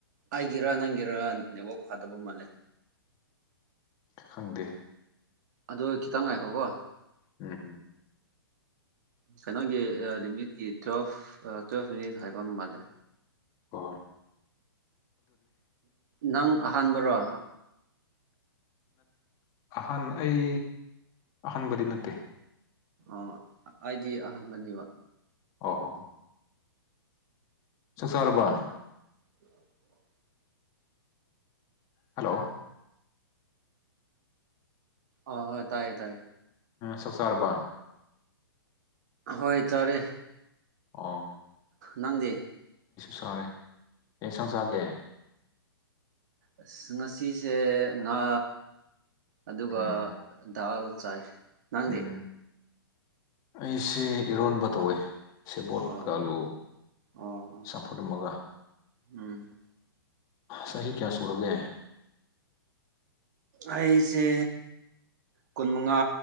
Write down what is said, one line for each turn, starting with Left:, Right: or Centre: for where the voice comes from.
Right: ꯑꯩꯒꯤꯔ ꯅꯪꯒꯤꯔ ꯅꯦꯠꯋꯥꯛ ꯐꯥꯗꯕ ꯃꯥꯜꯂꯦ
Left: ꯈꯪꯗꯦ
Right: ꯑꯗꯨ ꯈꯤꯇꯪ ꯉꯥꯏꯈꯣꯀꯣ
Left: ꯎꯝ ꯎꯝ
Right: ꯀꯩꯅꯣꯒꯤ ꯂꯤꯃꯤꯠꯀꯤ ꯇꯨꯋꯦꯜꯐ ꯇꯨꯋꯦꯜꯐ ꯃꯤꯅꯤꯠ ꯍꯥꯏꯕ ꯑꯃ ꯃꯥꯜꯂꯦ
Left: ꯍ
Right: ꯅꯪ ꯑꯍꯥꯟꯕꯔꯣ
Left: ꯑꯍꯟ ꯑꯩ ꯑꯍꯟꯥꯟꯕꯗꯤ ꯅꯠꯇꯦ
Right: ꯑꯣ ꯑꯩꯗꯤ ꯑꯍꯟꯕꯅꯦꯕ
Left: ꯑꯣ ꯍꯣꯣ ꯁꯛꯁꯥꯔꯕꯥꯥ
Right: <unintelligible>
Left: ꯍꯜꯂꯣ
Right: ꯑ ꯍ ꯇꯥꯏꯌꯦ ꯇꯥꯏ
Left: ꯁꯛꯁꯥꯔꯕꯥ
Right: ꯍꯣꯏ ꯇꯔꯦ
Left: ꯑ
Right: ꯅꯪꯗꯤꯦ
Left: ꯁꯔꯦ ꯀ ꯁꯟꯁꯥꯒꯦ
Right: ꯑꯁ ꯉꯁꯤꯁꯦ ꯉꯥ ꯑꯗꯨꯒ
Left: ꯎꯝ
Right: ꯗꯥꯜ ꯆꯥꯏ ꯅꯪꯗꯤ
Left: ꯎꯝ ꯑꯩꯁꯦ ꯏꯔꯣꯟꯕ ꯇꯧꯋꯦ ꯁꯦꯕꯣꯠꯀꯂꯨ
Right: ꯑꯣ ꯑꯣ
Left: ꯆꯝꯐꯨꯠꯃꯒ
Right: ꯎꯝ
Left: ꯁꯍꯤ ꯀꯌꯥ ꯁꯔꯒꯦ
Right: ꯑꯩꯁꯦ ꯀꯨꯟ ꯃꯉꯥ